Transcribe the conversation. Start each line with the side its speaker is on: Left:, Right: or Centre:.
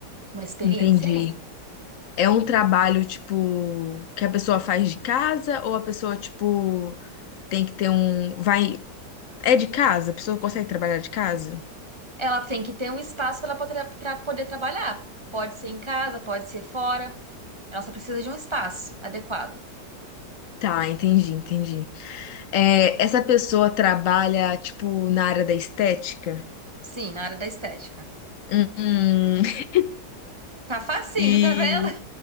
Right: Uma experiência
Left: Entendi.
Right: ali.
Left: É um trabalho, tipo, que a pessoa faz de casa ou a pessoa, tipo, tem que ter um. Vai. É de casa? A pessoa consegue trabalhar de casa?
Right: Ela tem que ter um espaço para ela poder, pra poder trabalhar. Pode ser em casa, pode ser fora. Ela só precisa de um espaço adequado.
Left: Tá, entendi, entendi. É, essa pessoa trabalha, tipo, na área da estética?
Right: Sim, na área da estética.
Left: Hum, <laughs>
Right: Tá facinho,
Left: e.
Right: tá vendo?